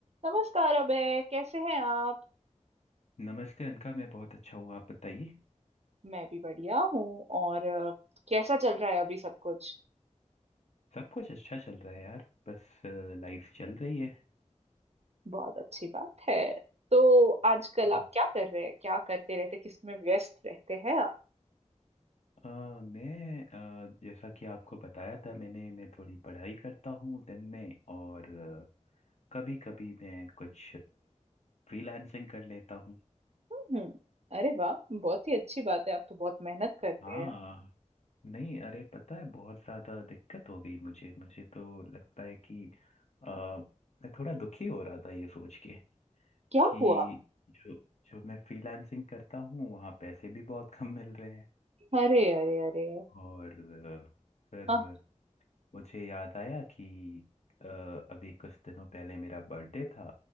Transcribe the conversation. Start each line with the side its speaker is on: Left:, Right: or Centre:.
Right: नमस्कार अबे कैसे हैं आप
Left: नमस्ते अनका मैं बहुत अच्छा हूँ आप बताइए
Right: मैं भी बढ़िया हूँ और अ, कैसा चल रहा है अभी सब कुछ
Left: सब कुछ अच्छा चल रहा है यार बस लाइफ चल रही है
Right: बहुत अच्छी बात है तो आजकल
Left: हम्म।
Right: आप क्या कर रहे हैं क्या करते रहते किसमें व्यस्त रहते हैं आप
Left: अ, मैं अ, जैसा कि आपको बताया था मैंने मैं थोड़ी पढ़ाई करता हूँ दिन में और कभी कभी मैं कुछ फ्रीलांसिंग कर लेता हूँ
Right: हम्म, अरे वाह बहुत ही अच्छी बात है आप तो बहुत मेहनत करते
Left: हाँ
Right: हैं
Left: नहीं अरे पता है बहुत ज़्यादा दिक्कत हो गई मुझे मुझे तो लगता है कि अ, मैं थोड़ा दुखी हो रहा था ये सोच के
Right: क्या
Left: कि
Right: हुआ
Left: जो जो मैं फ्रीलांसिंग करता हूँ वहाँ पैसे भी बहुत कम मिल रहे हैं
Right: अरे अरे अरे
Left: और अ, फिर
Right: हाँ,
Left: मुझे याद आया कि अ, अभी कुछ दिनों पहले मेरा बर्थडे था